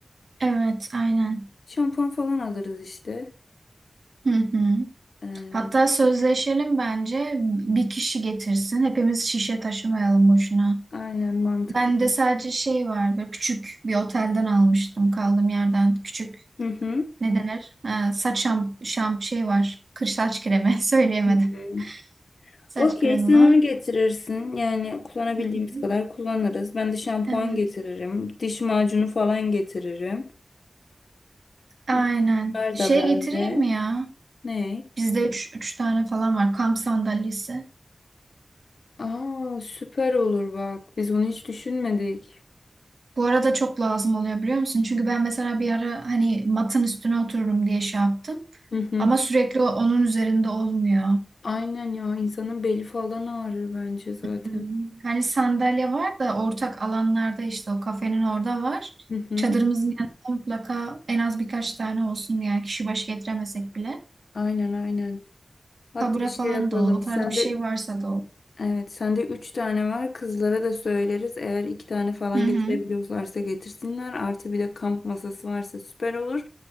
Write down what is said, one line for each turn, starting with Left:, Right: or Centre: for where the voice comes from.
Right: Evet, aynen.
Left: Şampuan falan alırız işte.
Right: Hı hı.
Left: Ee,
Right: Hatta sözleşelim bence bir kişi getirsin. Hepimiz şişe taşımayalım boşuna.
Left: aynen mantıklı.
Right: Ben de sadece şey var böyle küçük bir otelden almıştım kaldığım yerden. Küçük
Left: Hı hı.
Right: ne denir? Ee, saç şamp şamp şey var. Kır saç kremi <laughs> söyleyemedim.
Left: Hı. hı.
Right: Saç
Left: Okey
Right: kremi
Left: sen
Right: var.
Left: onu getirirsin. Yani kullanabildiğimiz
Right: Hı hı.
Left: kadar kullanırız. Ben de şampuan
Right: Evet.
Left: getiririm. Diş macunu falan getiririm.
Right: Aynen.
Left: Hı hı. Bunlar
Right: Şey
Left: da bende.
Right: getireyim mi ya?
Left: Ne?
Right: Bizde üç, üç tane falan var kamp sandalyesi.
Left: Aa süper olur bak. Biz onu hiç düşünmedik.
Right: Bu arada çok lazım oluyor biliyor musun? Çünkü ben mesela bir ara hani matın üstüne otururum diye şey yaptım.
Left: Hı hı.
Right: Ama sürekli o- onun üzerinde olmuyor.
Left: Aynen ya insanın beli falan ağrır bence zaten.
Right: Hmm, Hani sandalye var da ortak alanlarda işte o kafenin orada var.
Left: Hı hı.
Right: Çadırımızın yanında mutlaka en az birkaç tane olsun yani kişi başı getiremesek bile.
Left: Aynen aynen. Hatta
Right: Kabura
Left: şey
Right: falan
Left: yapalım.
Right: da o, o tarz
Left: Sende
Right: bir şey varsa da o.
Left: evet sende üç tane var. Kızlara da söyleriz. Eğer iki tane falan
Right: Hı hı.
Left: getirebiliyorlarsa getirsinler. Artı bir de kamp masası varsa süper olur